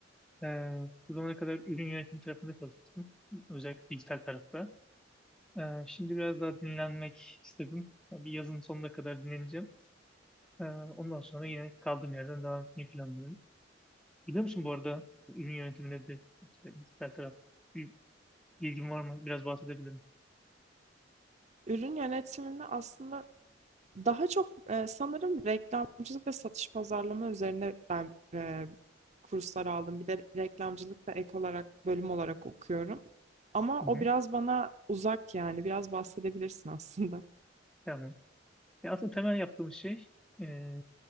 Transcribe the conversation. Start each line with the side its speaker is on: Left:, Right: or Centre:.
Centre: Ee, bu zamana kadar ürün yönetimi tarafında çalıştım. Özellikle dijital tarafta. Ee, şimdi biraz daha dinlenmek istedim. Bir yazın sonuna kadar dinleneceğim. Ee, ondan sonra yine kaldığım yerden devam etmeyi planlıyorum. Biliyor musun bu arada ürün yönetimine de işte dijital taraf bir ilgin var mı? Biraz bahsedebilirim.
Right: Ürün yönetiminde aslında Daha çok e, sanırım reklamcılık ve satış pazarlama üzerine ben e, kurslar aldım. Bir de reklamcılık da ek olarak bölüm olarak okuyorum. Ama
Centre: Hı
Right: o
Centre: hı.
Right: biraz bana uzak yani. Biraz bahsedebilirsin aslında.
Centre: Tamam. E, aslında temel yaptığım şey e,